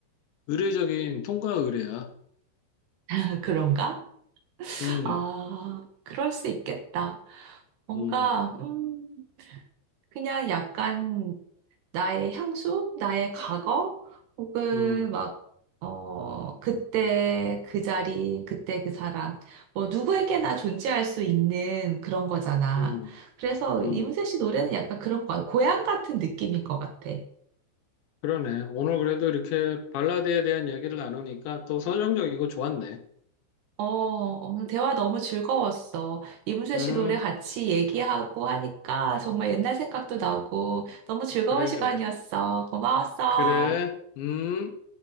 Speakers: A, on the left; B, on the right.
A: 의례적인 통과 의례야.
B: <laughs> 그런가?
A: 음,
B: 아, 그럴 수 있겠다. 뭔가,
A: 음,
B: 음, 그냥 약간 나의 향수, 나의 과거, 혹은
A: 음,
B: 막, 어, 그때 그 자리, 그때 그 사람, 뭐 누구에게나 존재할 수 있는 그런 거잖아.
A: 음,
B: 그래서
A: 음.
B: 이문세 씨 노래는 약간 그런 거 같아. 고향 같은 느낌인 것 같아.
A: 그러네. 오늘 그래도 이렇게 발라드에 대한 얘기를 나누니까 또 서정적이고 좋았네.
B: 어, 오늘 대화 너무 즐거웠어. 이문세
A: 음,
B: 씨 노래 같이 얘기하고 하니까 정말 옛날 생각도 나고 너무 즐거운
A: 그래,
B: 시간이었어.
A: 그래.
B: 고마웠어.
A: 그래, 음.